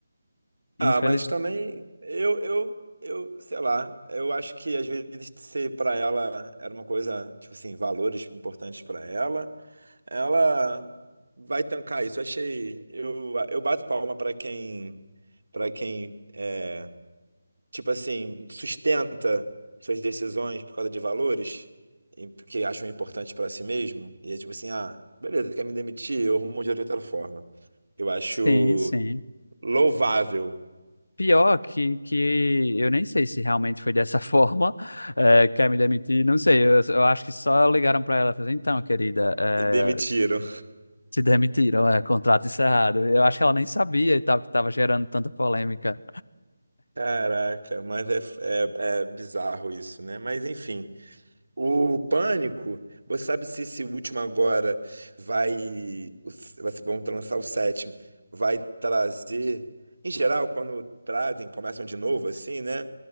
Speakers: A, on the right (about 75°); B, on the left (about 75°).
A: Ah,
B: Infelizmente.
A: mas também eu, eu, eu, sei lá, eu acho que às vezes ser pra ela era uma coisa, tipo assim, valores importantes pra ela. Ela vai tancar isso. Achei. Eu, eu bato palma para quem, para quem é, tipo assim, sustenta suas decisões por causa de valores e que acham importante para si mesmo. E é tipo assim, ah, beleza, quer me demitir? Eu arrumo um dinheiro de outra forma. Eu acho
B: Sim, sim.
A: louvável.
B: Pior que, que eu nem sei se realmente foi dessa <laughs> forma, eh, quer me demitir, não sei, eu, eu acho que só ligaram para ela e falaram, então, querida, eh,
A: E demitiram.
B: se demitiram, é contrato encerrado. Eu acho que ela nem sabia e tal, que estava gerando tanta polêmica.
A: Caraca, mas é, é, é bizarro isso, né? Mas enfim. O Pânico, você sabe se esse último agora vai, o s- vai ser- vão lançar o sétimo, vai trazer, em geral, quando trazem, começam de novo, assim, né?